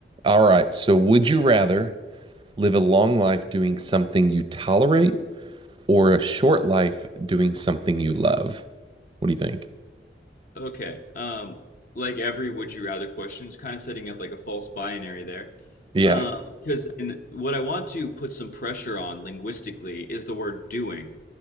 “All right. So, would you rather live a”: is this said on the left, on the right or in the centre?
Right